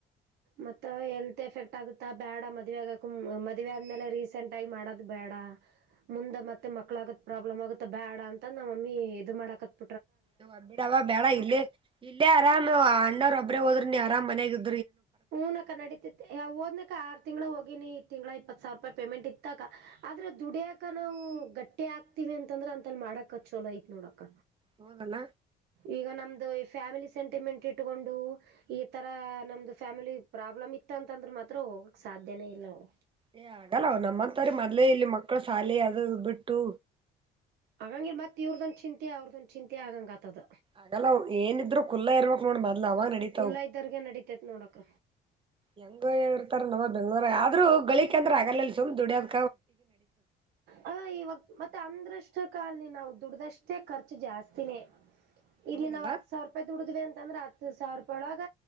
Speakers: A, on the right (about 75°); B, on the right (about 30°).
A: ಮತ್ತ ಎಲ್ತ್ ಎಫೆಕ್ಟ್ <unintelligible> ಬೇಡ ಮದುವಿ ಆಗಕ ಮದ್ವೆ ಆದ್ಮೇಲೆ ರೀಸೆಂಟ್ ಆಗಿ ಮಾಡದು ಬೇಡ ಮುಂದೆ ಮತ್ತ ಮತ್ತೆ ಮಕ್ಕಳಾಗದ ಪ್ರಾಬ್ಲಮ್ ಆಗುತ್ತೆ ಬ್ಯಾಡ ಅಂತ ನಮ್ಮಮ್ಮಿ ಇದು ಮಾಡಾಕತ್ತ
B: ಆದ ಬಿಡ ಅವವ ಬೇಡ ಇಲ್ಲಿ ಇಲ್ಲೇ ಆರಾಮ್ ಅಣ್ಣಾವ್ರು ಒಬ್ರೇ ಹೋದ್ರನು ನೀ ಅರಾಮ ಮನೆಯಾಗ
A: ಹುನಕ್ಕ ನಡೀತಿತಿ ಓದ್ನಕ್ಕ ಆರು ತಿಂಗ್ಳ ಹೋಗ ತಿಂಗಳ ಇಪ್ಪತ್ ಸಾವಿರ ರೂಪಾಯಿ ಪೇಮೆಂಟ್ ಇತ್ತಕ ಆದ್ರೆ ದುಡಿಯಕ ನಾವು ಗಟ್ಟಿ ಹಾಕ್ತಿವಿ ಅಂತಂದ್ರೆ ಅಂತಲ್ ಮಾಡಕ ಚೋಲೋ ಐತ್ ನೋಡಕ
B: ಹೌದಲ್ಲ
A: ಈಗ ನಮ್ದು ಈ ಫ್ಯಾಮಿಲಿ ಸೆಂಟಿಮೆಂಟ್ ಇಟ್ಟುಕೊಂಡು ಈ ತರ ನಮ್ದು ಫ್ಯಾಮಿಲಿ ಪ್ರಾಬ್ಲಮ್ ಇತ್ತ ಅಂತಂದ್ರ ಮಾತ್ರ ಹೋಗಕ್ ಸಾಧ್ಯನೇ ಇಲ್ಲ ಅವ
B: ಏ ಆಗಲ್ಲ ನಮ್ಮಂತವ್ರ ಮೊದ್ಲೇ ಇಲ್ಲಿ ಮಕ್ಕಳ ಶಾಲೆ ಅದು ಇದು ಬಿಟ್ಟು
A: ಹಾಗಂಗಗೆ ಮತ್ತ ಇವ್ರದೊಂದು ಚಿಂತಿ ಅವ್ರದೊಂದು ಚಿಂತಿ ಆಗಂಗ ಆಗ್ತದ
B: ಆಗಲ್ಲ ಅವ ಏನಿದ್ರು ಖಲ್ಲಾ ಇರ್ಬೇಕ್ ನೋಡ ಮೊದ್ಲ ಅವಾಗ ನಡೀತಾವ
A: ಕುಲ್ಲ ಇದ್ದರ್ಗೆ ನಡಿತೈತ್ ನೋಡಕ
B: ಹೆಂಗ ಇರ್ತಾರೆ ನಮ್ಮ ಬೆಂಗ್ಳೂರಗ ಆದ್ರೂ ಗಳಿಕ ಅಂದ್ರೆ ಅಗಲಲ್ಲಿ ಸುಮ್ನೆ ದುಡಿಯದ
A: ಹ ಇವಾಗ ಮತ್ತೆ ಅಂದ್ರಷ್ಟ ಕಷ್ಟಕಅಲ್ಲಿ ನಾವು ದುಡ್ದಷ್ಟೇ ಖರ್ಚು ಜಾಸ್ತಿನೇ ಇಲ್ಲಿ
B: ಹೌದಲ್ಲಾ
A: ನಾವು ಹತ್ ಸಾವಿರ ರೂಪಾಯಿ ದುಡ್ವಿ ಅಂದ್ರ ಹತ್ತು ಸಾವಿರ ರೂಪಾಯಿ ಒಳಗ